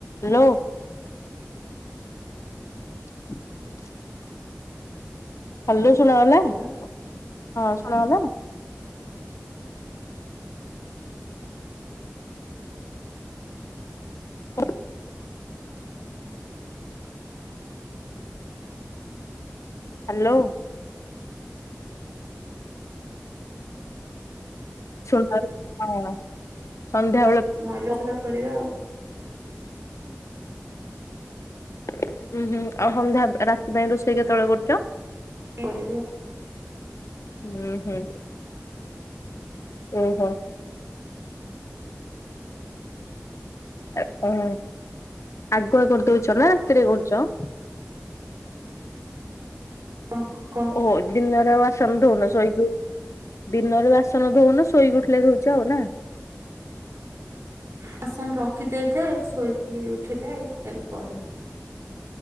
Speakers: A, on the left; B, on the right.
A: Hello <unintelligible> hello ଶୁଣାଗଲା
B: hello
A: ହଁ ଶୁଣାଗଲା। ହଁ <unintelligible> ହାଲୋ। ସୁଣି ପାରୁଚ ହଁ ସନ୍ଧ୍ୟାବେଳକୁ
B: ମଲୋ <unintelligible> ଅଫିସ କରିବା ଆଉ
A: ଉୁଁ ହୁଁ ଆଉ ସନ୍ଧ୍ୟା ରାତି ପାଇଁ ରୋଷେଇ କେତେଳେ କରୁଚ?
B: ଏ କରିବି ଆଉ।
A: ହୁଁ ହୁଁ। ଓହୋ। ଅହ ଆଗୁଆ କରିଦଉଚ ନା ରାତିରେ କରୁଚ?
B: ପାଖକୁ
A: ଓ ହୋ ଦିନରେ ଆଉ ଆସ ସନ ଧଉନ ଶୋଇକି ଦିନରେ ବାସନ ଧଉନ ଶୋଇକି ଉଠିଲେ ଧଉଚ ଆଉ ନା।
B: ବାସନ ରଖି ଦେଇଥାଏ ଶୋଇକି ଉଠିଲେ ଏ କରେ।